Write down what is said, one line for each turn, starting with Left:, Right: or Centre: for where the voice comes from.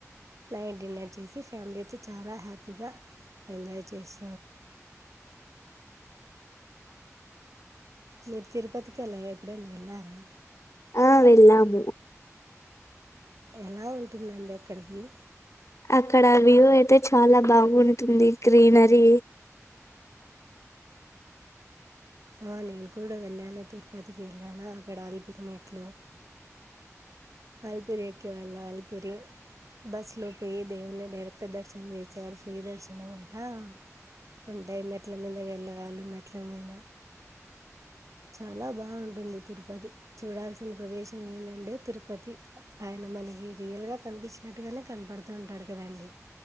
Right: నైట్ డిన్నర్ చేసి. ఫ్యామిలీతొ చాలా హ్యాపీగా. ఎంజాయి చేసి మీరు తిరుపతికి. ఎల్లరా ఎప్పుడన్నా వెళ్లారా.
Left: ఆ వెళ్ళాము.
Right: ఎలా ఉంటుందండి. అక్కడ వ్యూ
Left: అక్కడ వ్యూ అయితే చాలా బాగుంటుంది. గ్రీనరీ
Right: ఆ నేను కూడా వెళ్ళాను, తిరుపతికి వెళ్ళాను. అక్కడ అలిపిరి మెట్లు అలిపిరి ఎక్కి వెళ్లాలి. పిరి బస్ లో పోయిమ్ దేవుని డైరెక్ట్ దర్శనం చేసేవారు. ఫ్రీ దర్శనం అంటా. ఉంటాయి. మెట్ల మీద వెళ్ళా వాళ్లు మెట్ల మీద. చాలా బాగుంటుంది. తిరు పది చూడాల్సిన ప్రదేశం. ఇదెనండి తిరుపతి. ఆయన మనకి రియల్ గా కనిపించినట్టుగానే కనపడుతూ ఉంటాడు. కదా అండి.